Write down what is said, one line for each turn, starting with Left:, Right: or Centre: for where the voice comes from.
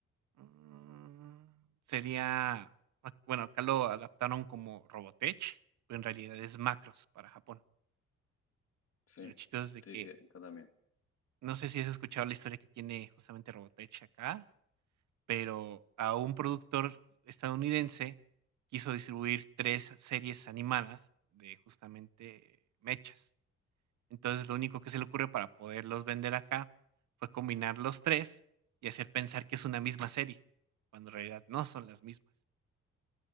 Right: mm, sería, ah, bueno, acá lo adaptaron como Robotech, pero en realidad es Macros para Japón.
Left: Sí,
Right: Y lo chistoso es de
Left: sí,
Right: que,
Left: sí, acá también.
Right: no sé si has escuchado la historia que tiene justamente Robotech acá, pero a un productor estadounidense quiso distribuir tres series animadas de justamente mechas Entonces, lo único que se le ocurre para poderlos vender acá fue combinar los 3 y hacer pensar que es una misma serie, cuando en realidad no son las mismas.